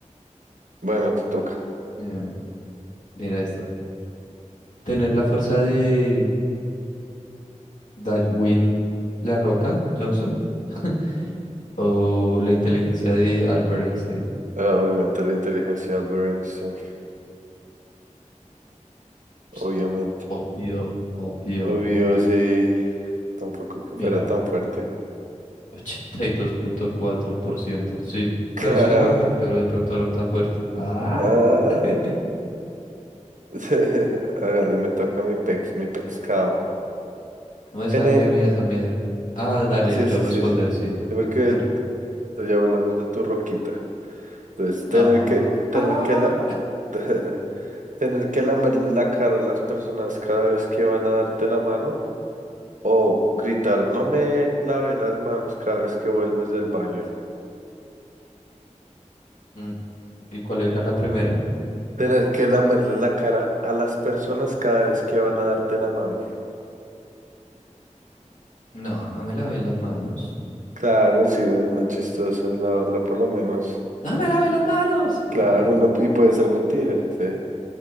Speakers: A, on the right; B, on the left.
A: Bueno, te toca.
B: Mira, mira esta. Tener la fuerza de Dwayne La Roca Johnson <laughs> o la inteligencia de Albert Einstein.
A: Ah, Obviamente la inteligencia de Albert Einstein, obviamente.
B: Ps, Obvio, obvio.
A: Obvio, sí, tampoco que
B: Mira,
A: fuera tan fuerte.
B: ochenta y dos punto cuatro por ciento sí.
A: Claro.
B: Pero sí es guapo, pero de pronto no tan fuerte. Ah,
A: Ah,
B: <laughs>
A: <laughs> hágale, me toca mi pex, mi pescado.
B: no, esa
A: Tener,
B: fue mía, esa mía. Ah, dale,
A: sí,
B: yo
A: sí,
B: responder,
A: sí, sí.
B: sí.
A: Sí, porque
B: Dale.
A: ya hablamos de tu roquita. Entonces, tener
B: Ah,
A: que, tener
B: ah.
A: que la, <laughs> tener que lamerle la cara a las personas cada vez que van a darte la mano, o gritar, no me lave las manos cada vez que vuelves del baño.
B: Mm, ¿Y cuál era la primera?
A: Tener que lamerle la cara a las personas cada vez que van a darte la mano.
B: No, no me lavé las manos.
A: Claro, sí, es más chistosa la otra, por lo menos.
B: No me lavé las manos. Y
A: Claro,
B: ya.
A: no, y puede ser mentira. Sí,